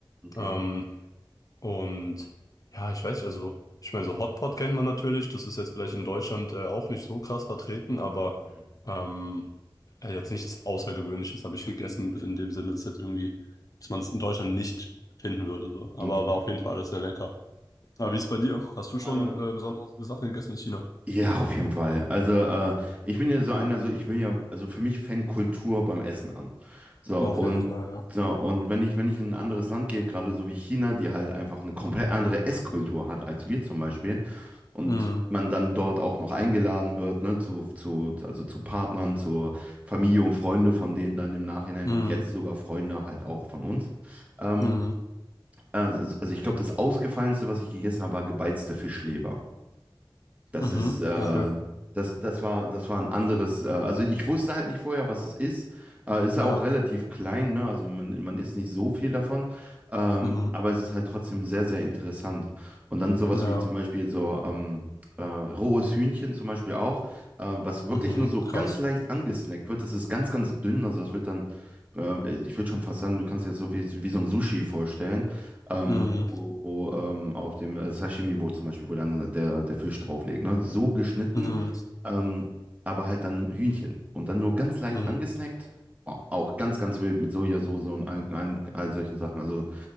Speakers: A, on the right; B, on the left.
A: Okay.
B: Ähm, Und ja, ich weiß nicht, also ich meine, so Hotpot kennt man natürlich, das ist jetzt vielleicht in Deutschland äh, auch nicht so krass vertreten, aber
A: Mhm.
B: ähm, äh, jetzt nichts Außergewöhnliches habe ich gegessen, in dem Sinne, dass jetzt irgendwie, dass man es in Deutschland nicht finden würde. So. Aber
A: Okay.
B: war auf jeden Fall alles sehr lecker.
A: Boah.
B: Aber wie ist es bei dir? Hast du schon
A: Äh,
B: äh, besondere Sachen gegessen in China?
A: Ja, auf jeden Fall. Also äh, ich bin ja so einer, so ich will ja, also für mich fängt Kultur beim Essen an. So
B: Auf
A: und
B: jeden Fall, ja.
A: so und wenn ich wenn ich in ein anderes Land gehe, gerade so wie China, die halt einfach eine komplett andere Esskultur hat als wir zum Beispiel und
B: Mhm.
A: man dann dort auch noch eingeladen wird, ne, zu zu also zu Partnern, zur Familie und Freunde von denen dann im Nachhinein
B: Mhm.
A: und jetzt sogar Freunde halt auch von uns. Ähm,
B: Mhm.
A: also, also ich glaube, das Ausgefallenste, was ich gegessen habe, war gebeizte Fischleber. Das
B: Mhm.
A: ist, äh,
B: Okay.
A: das, das war, das war ein anderes, äh, also ich wusste halt nicht vorher, was es ist. Äh, ist
B: Ja.
A: auch relativ klein, ne? Also man, man isst nicht so viel davon, ähm,
B: Mhm.
A: aber es ist halt trotzdem sehr, sehr interessant. Und dann sowas
B: Ja.
A: wie zum Beispiel so ähm, äh, rohes Hühnchen zum Beispiel auch, äh, was wirklich
B: Mhm.
A: nur so
B: Krass.
A: ganz leicht angesnackt wird. Das ist ganz, ganz dünn, also es wird dann, äh, ich würde schon fast sagen, du kannst dir das so wie, wie so ein Sushi vorstellen ähm,
B: Mhm.
A: wo, wo ähm, auf dem äh, Sashimi, wo zum Beispiel, wo dann äh, der, der Fisch drauflegt ne? So geschnitten,
B: Mhm.
A: ähm, aber halt dann Hühnchen und dann nur ganz leicht
B: Mhm.
A: angesnackt, Au- auch ganz, ganz wild mit Sojasauce und all, all, all solchen Sachen. Also